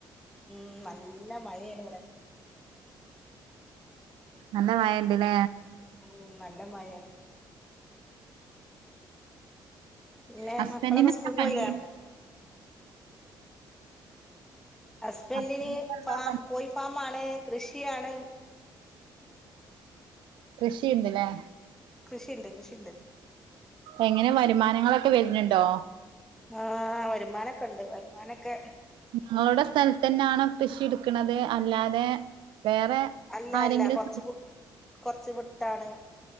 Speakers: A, in the centre; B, on the right.
A: ഉം നല്ല മഴേണിവടെ.
B: നല്ല മഴണ്ട്ലേ
A: ഉം നല്ല മഴേണ്. പിന്നെ
B: ഹസ്ബൻഡിന്
A: മക്കളൊക്കെ
B: എന്താ
A: സ്കൂൾക്കോയീലേ?
B: പണി
A: ഹസ്ബന്റിന്
B: ഹസ്ബൻഡിനെന്താ
A: ഫാം
B: പണി
A: കോഴി ഫാമാണ്, കൃഷിയാണ്.
B: കൃഷിണ്ട്ലേ?
A: കൃഷിണ്ട് കൃഷിണ്ട്.
B: എങ്ങനെ വരുമാനങ്ങളൊക്കെ വര്ന്നുണ്ടോ?
A: ആഹ് വരുമാനൊക്കണ്ട് വരുമാനൊക്കെ.
B: ങ്ങളുടെ സ്ഥൽത്തെന്നാണൊ കൃഷി എട്ക്ക്ണത് അല്ലാതെ വേറെ.
A: അല്ല
B: ആരെങ്കിലും
A: അല്ല കൊർച്ച് പു കൊർച്ച് വ്ട്ടാണ്.